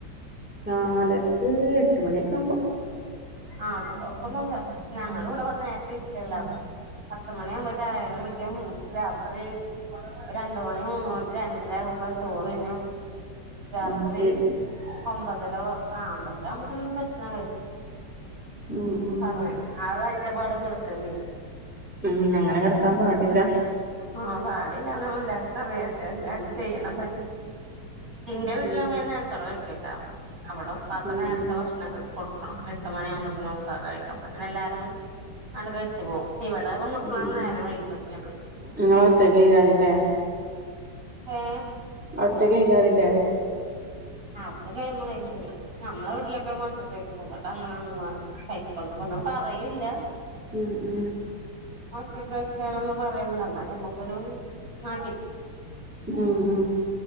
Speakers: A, in the centre; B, on the right.
A: കാലത്ത് എട്ട് മണിയൊക്കെ കുമ്പോ
B: ആ അത് കൊഴപ്പൊന്നുല്ല ഞങ്ങള് വെടെ നേരത്തെ ർച്ചല്ലാവാ പത്തുമണിയാകുമ്പോ ചായേം കുടിക്കും രാത്രി രണ്ട് മണി മൂന്ന് മണി രണ്ടര ബം ച്ചോറ്ന്നും രാത്രി
A: അത് ശരി
B: ഒമ്പതര ആ ഒമ്പതരാവുബോ ത്തിന് ഭക്ഷണം കഴിക്കും
A: ഉം ഉം
B: അങ്ങനെ ആ കാഴ്ചപ്പാടോക്കെ ഇട്ക്കെണ്ടെരും
A: ഉം അങ്ങനെ കെട്ക്കാം പാടില്ല
B: ആ പാടില്ലാന്ന് എല്ലാർക്കും അറിയാംക്ഷേ എല്ലാരും ചെയ്യ്ണ ത ഇന്റെ വീട്ടിലാവുമ്പോ
A: ഉം
B: ഞാൻ നേരത്തെ വാഴികുട്ടോ അവിടെ ഉപ്പാക്ക്
A: ഉം
B: നേരത്തെ
A: ഉം
B: ഭക്ഷണം കൊടു എട്ട് മണിയാവുമ്പോത്തിനും ഉപ്പാക് കഴിക്കാ എല്ലാരും ആണ്ട് കഴിച് പോകും ഇവിടെ വന്ന് ഇപ്പളാണ്
A: ഉം
B: നേരം വൈകി തോട്ങ്ങിയത്
A: ഇങ്ങള് ഒറ്റക്കേക്കാരല്ലേ
B: ഏ
A: ഒറ്റക്കയ്കാറില്ല
B: ആ ഒറ്റെക് ഒന്നും കഴിക്കില്ല നമ്മളെ വീട്ടിലൊക്കെ മ്മ റ്റെക്കഴിക്കും ഇവിടെ അങ്ങനെ ഒന്നും കഴ ഒന്നും പറയില്ല
A: ഉം ഉ
B: ഒക്കെ കഴിച്ചാലൊന്നും പറയുന്നെതല്ല എന്നാല് നമ്മുക്കൊരു മടി
A: ഉ ഉ